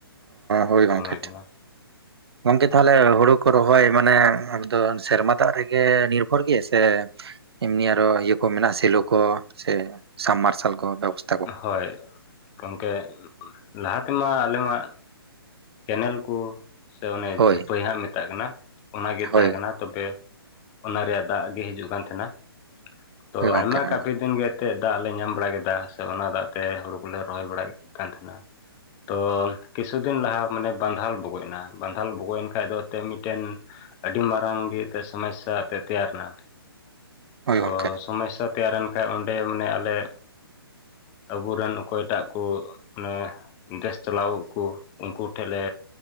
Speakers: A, on the right (about 80°); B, on the left (about 20°).
A: ᱦᱳᱭ ᱜᱚᱝᱠᱮ
B: ᱥᱚᱢᱚᱭ
A: ᱴᱷᱤᱠ
B: ᱠᱟᱱᱟ
A: ᱜᱚᱝᱠᱮ ᱛᱟᱦᱚᱞᱮ ᱦᱩᱲᱩ ᱠᱚ ᱨᱚᱦᱚᱭ ᱢᱟᱱᱮ ᱮᱠᱫᱚᱢ ᱥᱮᱨᱢᱟ ᱫᱟᱜ ᱨᱮᱜᱮ ᱱᱤᱨᱵᱷᱚᱨ ᱜᱮᱭᱟ ᱥᱮ ᱮᱢᱱᱤ ᱟᱨᱚ ᱤᱭᱟᱹ ᱠᱚ ᱢᱮᱱᱟᱜ-ᱟ ᱥᱮᱞᱚ ᱠᱚ ᱥᱮ ᱥᱟᱵᱢᱟᱨᱥᱟᱞ ᱠᱚ ᱵᱮᱵᱚᱥᱛᱟ
B: ᱦᱳᱭ ᱜᱚᱝᱠᱮ ᱞᱟᱦᱟ ᱛᱮᱢᱟ ᱟᱞᱮ ᱢᱟ ᱠᱮᱱᱮᱞ ᱠᱚ ᱥᱮ ᱚᱱᱮ
A: ᱦᱳᱭ
B: ᱡᱟᱹᱯᱟᱹᱭ ᱦᱟᱸᱜ ᱢᱮᱛᱟᱜ ᱠᱟᱱᱟ ᱚᱱᱟᱜᱮ
A: ᱦᱳᱭ
B: ᱛᱟᱦᱮᱸ ᱠᱟᱱᱟ ᱛᱚᱵᱮ ᱚᱱᱟ ᱨᱮᱭᱟᱜ ᱫᱟᱜ ᱜᱮ ᱦᱤᱡᱩᱜ ᱠᱟᱱ ᱛᱟᱦᱮᱱᱟ ᱛᱚ
A: ᱦᱳᱭ ᱜᱚᱝᱠᱮ
B: ᱟᱭᱢᱟ
A: ᱦᱳᱭ
B: ᱠᱟᱹᱯᱤ ᱫᱤᱱ ᱜᱮ ᱮᱛᱮ ᱫᱟᱜ ᱞᱮ ᱧᱟᱢ ᱵᱟᱲᱟ ᱠᱮᱫᱟ ᱥᱮ ᱚᱱᱟ ᱫᱟᱜ ᱛᱮ ᱦᱩᱲᱩ ᱠᱚᱞᱮ ᱨᱚᱦᱚᱭ ᱵᱟᱲᱟᱭᱮᱫ ᱠᱟᱱ ᱛᱟᱦᱮᱸᱱᱟ ᱛᱚ ᱠᱤᱪᱷᱩ ᱫᱤᱱ ᱞᱟᱦᱟ ᱢᱟᱱᱮ ᱵᱟᱸᱫᱷᱟᱞ ᱵᱚᱜᱚᱡᱱᱟ ᱵᱟᱸᱫᱷᱟᱞ ᱵᱚᱜᱚᱡ-ᱮᱱ ᱠᱷᱟᱡ ᱫᱚ ᱛᱮ ᱢᱤᱫᱴᱮᱱ ᱟᱹᱰᱤ ᱢᱟᱨᱟᱝ ᱜᱮ ᱥᱚᱢᱚᱥᱥᱟ ᱛᱮ ᱛᱮᱭᱟᱨ ᱮᱱᱟ
A: ᱦᱳᱭ
B: ᱛᱚ
A: ᱜᱚᱝᱠᱮ
B: ᱥᱚᱢᱚᱥᱟ ᱛᱮᱭᱟᱨᱮᱱ ᱠᱷᱟᱡ ᱚᱸᱰᱮ ᱢᱟᱱᱮ ᱟᱞᱮ ᱟᱵᱚᱨᱮᱱ ᱚᱠᱚᱭᱴᱟᱜ ᱠᱚ ᱢᱟᱱᱮ ᱫᱮᱥ ᱪᱟᱞᱟᱣᱮᱫ ᱠᱚ ᱩᱱᱠᱩ ᱛᱮᱞᱮ